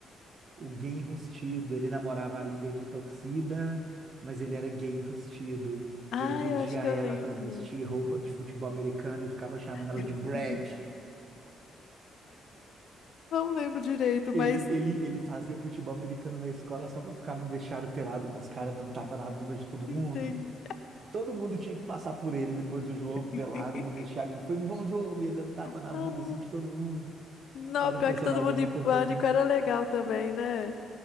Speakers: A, on the right; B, on the left.
A: o gay enrustido. Ele namorava a líder de torcida, mas ele era gay enrustido.
B: Ah,
A: Ele pedia
B: eu acho que
A: a
B: eu
A: ela
B: lembro.
A: para vestir roupa de futebol americano e ficava chamando ela
B: <laughs>
A: de Brad.
B: Não lembro direito,
A: Ele,
B: mas
A: ele, ele fazia futebol americano na escola só para ficar no vestiário pelado com os caras dando tapa na bunda de todo mundo.
B: entendi.
A: Todo mundo tinha que passar por ele depois do jogo,
B: <laughs>
A: pelado no vestiário. Ele foi um bom jogo, ia dando tapa
B: Ai,
A: na bunda assim de todo mundo.
B: Não,
A: Era
B: pior
A: um personagem
B: que todo mundo
A: muito
B: em pânico
A: bom.
B: era legal também, né?